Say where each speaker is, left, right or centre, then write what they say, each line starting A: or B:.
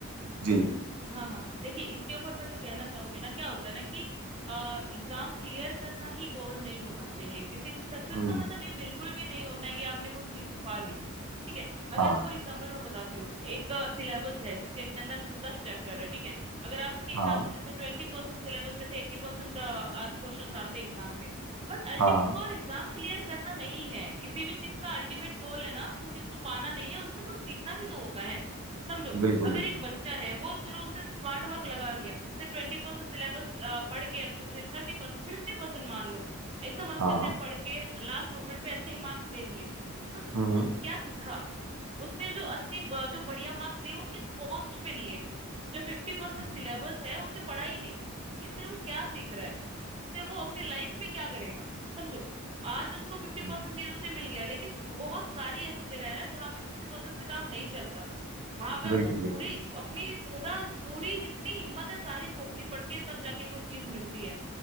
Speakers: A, on the right (about 85°); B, on the right (about 25°).
A: जी
B: हाँ हाँ देखिए इसके ऊपर मैं जो कहना चाहूंगी ना क्या होता है ना कि एग्जाम क्लियर करना ही गोल नहीं होना चाहिए किसी सक्सेस
A: हम्म
B: का मतलब ये बिल्कुल भी नहीं होता है कि आपने कोई चीज पा ली ठीक है अगर
A: हाँ
B: फॉर एग्जाम्पल मैं बताती हूँ एक सिलेबस है जिसके अंदर द- दस चैप्टर है ठीक है अगर आपके हिसाब
A: हाँ
B: से जैसे ट्वेंटी परसेंट सिलेबस में से एट्टी परसेंट क्वेश्चन आते हैं एग्जाम में But ultimate
A: हाँ हाँ
B: goal exam clear करना नहीं है किसी भी चीज का अल्टीमेट गोल है ना उस चीज को पाना नहीं है उससे कुछ सीखना भी तो होता है समझो
A: बिल्कुल
B: अगर
A: बिल्कुल
B: एक बच्चा है वो चलो उसने स्मार्ट वर्क लगा लिया उसने ट्वेंटी परसेंट सिलेबस पढ़ के अच्छे से थर्टी परसेंट फिफ्टी परसेंट मान लो एकदम अच्छे
A: हाँ
B: से पढ़ के लास्ट मोमेंट पे अच्छे मार्क्स ले लिए मतलब उसको
A: हम्म
B: क्या सीखा उसने जो अस्सी ब- जो बढ़िया मार्क्स लिए वो किस पोस्ट पे लिए जो फिफ्टी परसेंट
A: हम्म,
B: सिलेबस है उसे पढ़ा ही नहीं इससे वो क्या सीख रहा है से वो अपनी लाइफ में क्या करेगा समझो आज उसको फिफ्टी
A: हम्म,
B: परसेंट चीजों से मिल गया लेकिन बहुत सारी ऐसी जगह है ना जहाँ पे फिफ्टी परसेंट से काम नहीं चलता वहां पे आपको
A: बिल्कुल
B: पूरी
A: बिल्कुल
B: अपनी पूरा पूरी जितनी हिम्मत है सारी झोंकनी पड़ती है तब जाके वो चीज मिलती है